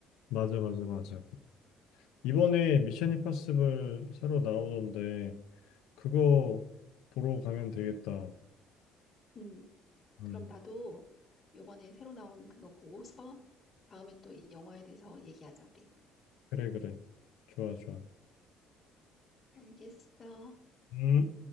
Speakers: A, on the left; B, on the left.
A: 맞아, 맞아, 맞아. 이번에 미션 임파서블 새로 나오던데, 그거 보러 가면 되겠다.
B: 음,
A: 음.
B: 그럼 나도 요번에 새로 나온 그거 보고서 다음에 또 이 영화에 대해서 얘기하자, 우리.
A: 그래, 그래. 좋아, 좋아.
B: 알겠어.
A: 음.